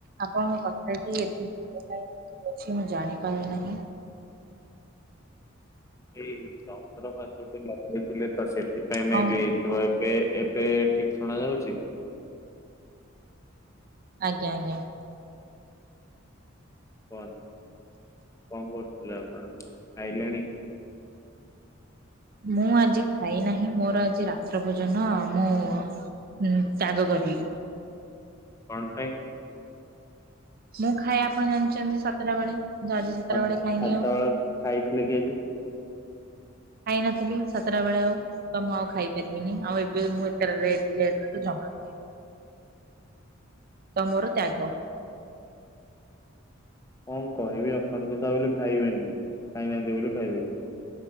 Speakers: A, on the right; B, on the left.
A: ଆପଣଙ୍କ କଥାଟି ଏତେ <inaudible> ଅଛି ମୁଁ ଜାଣିପାରୁ ନାହିଁ।
B: ଏଇ ଚକ୍ର ପାତ ଯି <inaudible> ଲଗେଇଥିଲେ ତ ସେଥିପାଇଁ
A: ହଁ
B: ମେ ବି। ଏବେ ଏବେ ଠିକ ଶୁଣା ଯାଉଚି?
A: ଆଜ୍ଞା ଆଜ୍ଞା।
B: କହନ୍ତୁ କଣ କରୁଥିଲେ ଆପଣ ଖାଇଲେଣି?
A: ମୁଁ ଆଜି ଖାଇ ନାହିଁ ମୋର ଆଜି ରାତ୍ର ଭୋଜନ ମୁଁ ହୁଁ ତାଗ କରିଲି।
B: କଣ ପାଇଁ?
A: ମୁଁ ଖାଏ ଆପଣ ଜାଣିଛନ୍ତି ସାତଟା ବେଳେ। ଆଜି ସାତଟା
B: ହଁ
A: ବେଳେ ଖାଇନି
B: ଭାତ
A: ଆଉ।
B: ଖାଇଥିଲେ କି ଆଜି?
A: ଖାଇ ନଥିଲି ସାତଟା ବେଳେ ଆଉ। ତ ମୁଁ ଆଉ ଖାଇପାରିବିନି ଆଉ ଏବେ ମୁଁ <inaudible> ଏତଥିଲି ଏ ତ ଜମ ଖାଇି ତମୋର ତ୍ୟାଗ।
B: କଣ କହିବି ଆପଣଙ୍କୁ ତା ବୋଲି ଖାଇବେନି ଖାଇନାହାନ୍ତି ବୋଲି ଖାଇବେନି।